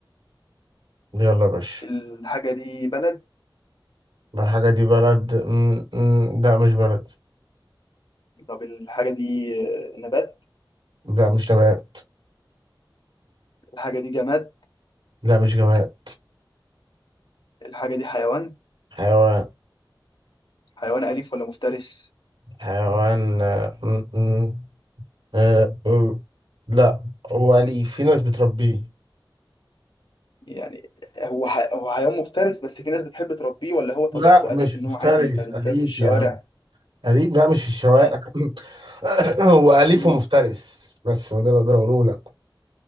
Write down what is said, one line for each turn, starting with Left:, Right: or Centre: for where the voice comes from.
Right: يلا يا باشا
Left: الحاجه دي بلد
Right: ما الحاجة دي بلد م- م- لا مش بلد
Left: طب الحاجه دي آه، نبات
Right: لا مش نبات
Left: الحاجه دي جماد
Right: لا مش جماد
Left: الحاجه دي حيوان
Right: حيوان
Left: حيوان اليف ولا مفترس
Right: حيوان آه، م- م- آه، آه، لا هو أليف في ناس بتربيه
Left: يعني هو ح... هو حيوان مفترس بس في ناس بتحب تربيه ولا هو طبيعته
Right: لا مش
Left: اليف ان
Right: مفترس
Left: هو عادي يبقى بيتلعب
Right: أليف
Left: في الشوارع
Right: يا عم أليف بقى مش في الشوارع
Left: يعني
Right: <coughs> هو أليف
Left: مم.
Right: ومفترس بس هو ده اللي أقدر أقوله لك